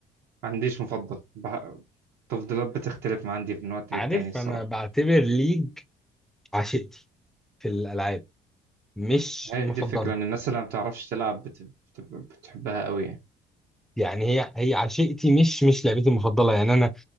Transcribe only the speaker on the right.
ما عنديش مفضل بح... التفضيلات بتختلف عندي من وقت
للتاني الصراحه
هي
دي الفكره ان الناس اللي ما بتعرفش تلعب بت... بت... بتحبها قوي يعني